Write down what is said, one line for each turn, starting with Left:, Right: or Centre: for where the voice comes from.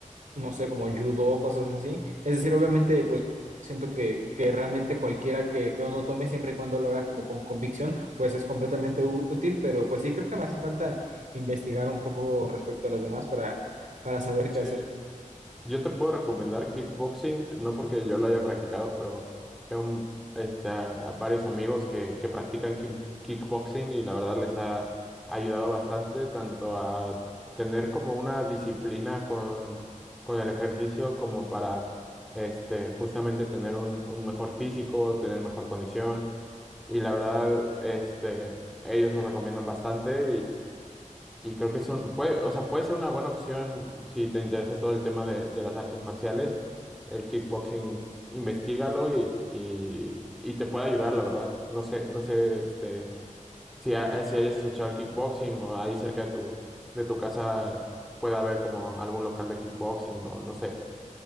Right: no sé, como judo, cosas así. Es decir, obviamente, pues siento que, que realmente cualquiera que, que uno tome, siempre y cuando lo haga como con convicción, pues es completamente ú- útil, pero pues sí, creo que me hace falta investigar un poco respecto a las demás para, para saber qué
Centre: Sí,
Right: hacer.
Centre: Yo te puedo recomendar kickboxing, no porque yo lo haya practicado, pero tengo este, a varios amigos que, que practican kick- kickboxing y la verdad les ha ayudado bastante tanto a tener como una disciplina con, con el ejercicio como para este, justamente tener un, un mejor físico, tener mejor condición y la verdad este, ellos lo recomiendan bastante y creo que es un, puede, o sea, puede ser una buena opción si te interesa todo el tema de, de las artes marciales. El kickboxing, investígalo y, y, y te puede ayudar, la verdad. No sé, no sé, este, si, ha- si hayas escuchado el kickboxing o ahí cerca de tu, de tu casa pueda haber como algún local de kickboxing o no sé.